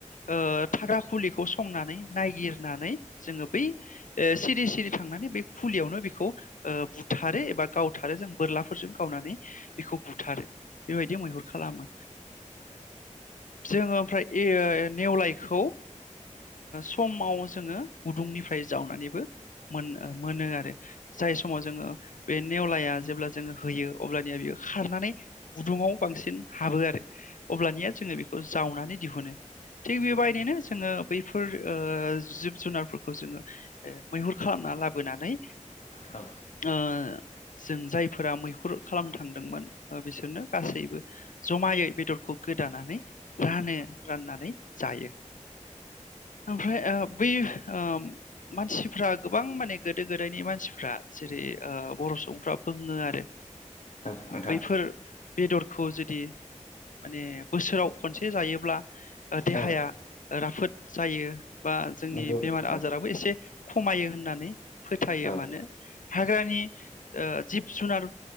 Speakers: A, on the left (about 85°); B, on the left (about 70°).
A: ओ थाग्रा खुलिखौ संनानै नायगिरनानै। जोङो बै सिरि सिरि थांनानै बे खुलियावनो बेखौ बुथारो एबा गावथारो जों बोरलाफोरजों गावनानै बेखौ बुथारो। बेबायदि मैहुर खालामो। जों ओमफ्राय नेवलायखौ समाव जोङो गुदुंनिफ्राय जावनानैबो मोन मोनो आरो। जाय समाव जोङो बे नेवलाया जेब्ला जोङो होयो अब्लानिया बेयो खारनानै गुदुङाव बांसिन हाबो आरो। अब्लानिया जोङो बेखौ जावनानै दिहुनो। थिग बेबायदिनो जोङो बै बेफोर जिब जुनारफोरखौ जोङो मैहुर खालामना लाबोनानै।
B: औ।
A: ओ जों जायफोरा मैहुर खालामनो थांदोंमोन बिसोरनो गासैबो जमायै बेदरखौ गोदानानै रानो। राननानै जायो ओमफ्राय बै ओ मानसिफ्रा गोबां माने गोदो गोदायनि मानसिफ्रा जेरै ओ बर' सुबुंफ्रा बुङो आरो
B: औ नोंथां
A: बैफोर बेदरखौ जुदि माने बोसोराव खनसे जायोब्ला देहाया
B: औ
A: राफोद जायो बा जोंनि
B: नंगौ
A: बेमार
B: नोंथां
A: आजाराबो
B: औ
A: एसे खमायो होननानै फोथायो
B: औ
A: मानो हाग्रानि ओ जिब जुनार